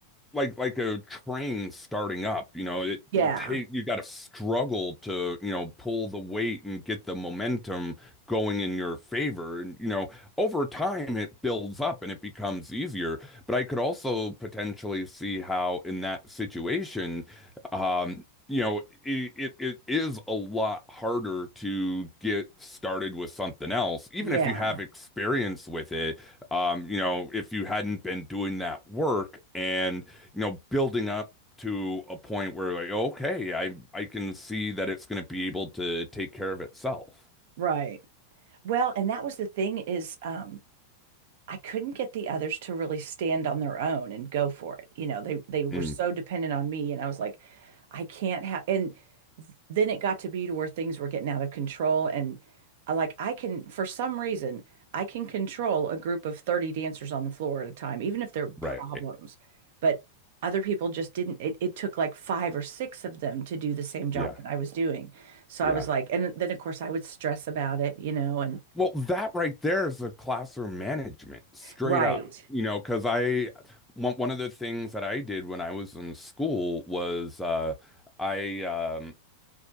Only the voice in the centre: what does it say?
like like a train starting up, you know, it
take you got to struggle to, you know, pull the weight and get the momentum going in your favor. And, you know, over time it builds up and it becomes easier. But I could also potentially see how in that situation, um, you know, it, it it is a lot harder to get started with something else, even
if you have experience with it. Um, you know, if you hadn't been doing that work and you know, building up to a point where like, okay, I I can see that it's going to be able to take care of itself.
Mm,
right.
Yeah.
Yeah.
Well, that right there is a classroom management, straight
up. You know, because I one one of the things that I did when I was in school was uh, I um,